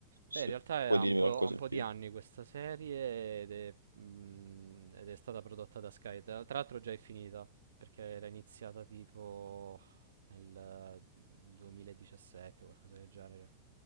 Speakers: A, on the right; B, on the right.
A: se
B: Beh, in realtà è-
A: puoi
B: ha
A: dirmi
B: un po',
A: qualcosa
B: ha un po'
A: in più.
B: di anni questa serie ed è, mm, ed è stata prodotta da Sky. Tra tra l'altro già è finita perché era iniziata tipo nel 2017 o qualcosa del genere.